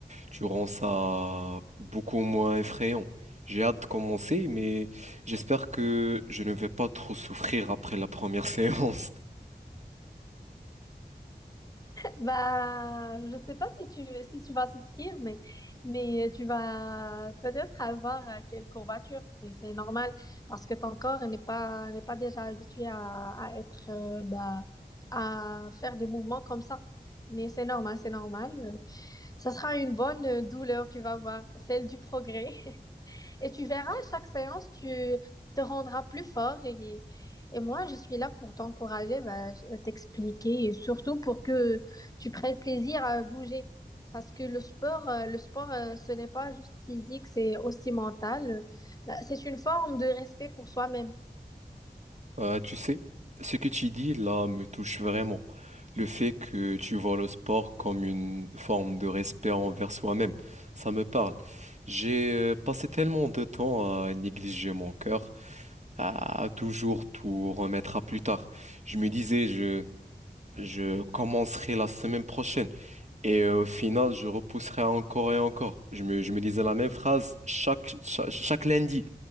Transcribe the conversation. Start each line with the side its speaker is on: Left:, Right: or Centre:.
Right: Tu rends ça beaucoup moins effrayant. J'ai hâte de commencer, mais j'espère que je ne vais pas trop souffrir après la première <laughs> séance.
Left: Bah, je sais pas si tu, si tu vas souffrir, mais, mais tu vas peut-être avoir euh, quelques courbatures. Mais c'est normal parce que ton corps n'est pas, n'est pas déjà habitué à, à être, euh, bah, à faire des mouvements comme ça. Mais c'est normal, c'est normal. Euh, Ça sera une bonne euh, douleur, tu vas voir, celle du progrès. Et tu verras, à chaque séance, tu te rendras plus fort. Et, et moi, je suis là pour t'encourager, bah, t'expliquer et surtout pour que tu prennes plaisir à bouger. Parce que le sport, euh, le sport, euh, ce n'est pas juste physique, c'est aussi mental. Bah, c'est une forme de respect pour soi-même.
Right: Euh, tu sais, ce que tu dis là me touche vraiment. Le fait que tu vois le sport comme une forme de respect envers soi-même, ça me parle. J'ai euh, passé tellement de temps à négliger mon cœur. à toujours tout remettre à plus tard. Je me disais, je, je commencerai la semaine prochaine. Et euh, au final, je repousserai encore et encore. Je me, je me disais la même phrase chaque, chaque, chaque lundi.